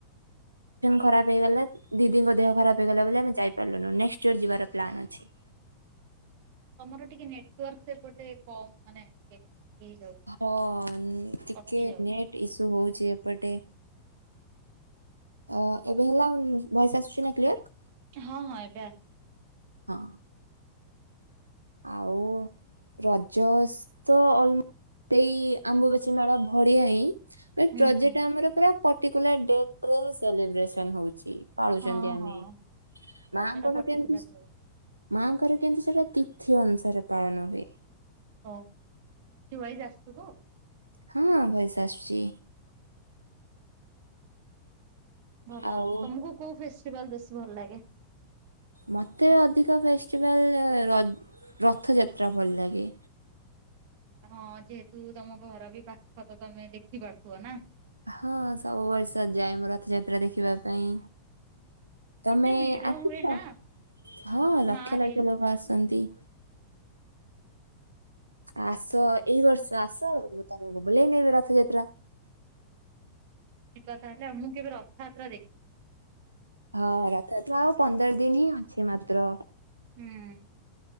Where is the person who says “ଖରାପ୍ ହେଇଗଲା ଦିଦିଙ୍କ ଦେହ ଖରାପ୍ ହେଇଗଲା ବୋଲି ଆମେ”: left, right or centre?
Right